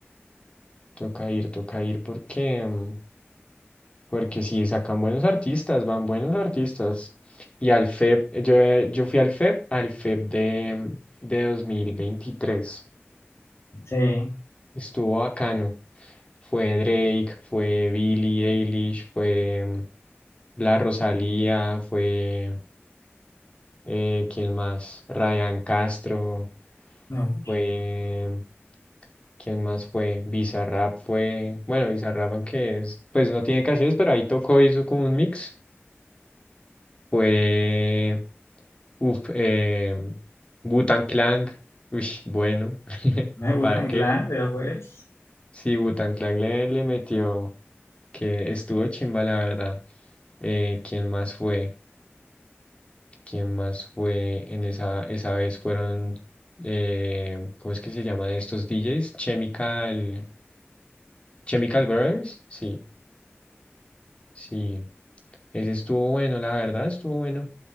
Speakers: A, on the left (about 25°); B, on the left (about 75°).
A: toca ir, toca ir, porque, mm, porque sí, sacan buenos artistas, van buenos artistas. Y al FEP, yo, eh, yo fui al FEP, al FEP de, mm, de 2023.
B: Sí.
A: Estuvo bacano. Fue Drake, fue Billie Eilish, fue mm, La Rosalía, fue, eh, ¿quién más? Ryan Castro,
B: No,
A: fue, ¿quién más fue? Bizarrap fue, bueno, Bizarrap aunque es, pues no tiene canciones, pero ahí tocó, hizo como un mix. Fue, uff, eh, Wu-Tang Clan, uy, bueno, <laughs>
B: me gustan
A: ¿para qué?
B: Clan, pero pues.
A: Sí, Wu-Tang Clan le, le metió. que estuvo chimba, la verdad. Eh, ¿quién más fue? ¿Quién más fue en esa, esa vez? Fueron, eh, ¿cómo es que se llama de estos DJs? Chemical, Chemical Brothers, sí, sí. Ese estuvo bueno, la verdad, estuvo bueno.